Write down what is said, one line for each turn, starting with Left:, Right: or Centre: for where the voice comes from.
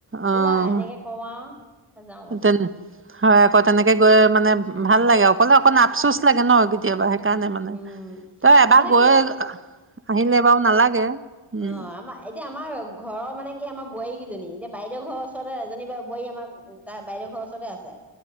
Right: অঁ
Centre: ওলা এনেকে কওঁ আৰু যাওঁ।
Right: তেনে হয়, আকৌ তেনেকে গৈ মানে ভাল লাগে অকলে অকলে আপচোচ লাগে ন কেতিয়াবা সেইকাৰণে মানে,
Centre: উম।
Right: তই এবাৰ
Centre: তাৰমানে
Right: গৈ
Centre: কি
Right: আহিলে বাৰু নালাগে। উম
Centre: অ', আমাৰ এতিয়া আমাৰ ঘৰৰ মানে কি আমাৰ বোৱাৰী কেইজনী, এতিয়া বাইদেউ ঘৰৰ ওচৰতে এজনী বা বোৱাৰী আমাৰ বাইদউৰ ঘৰৰ ওচৰতে আছে।